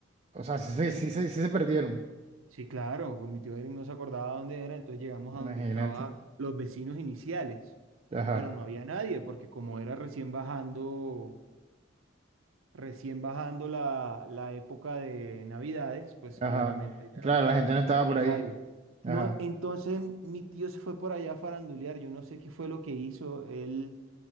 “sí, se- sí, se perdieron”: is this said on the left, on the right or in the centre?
Right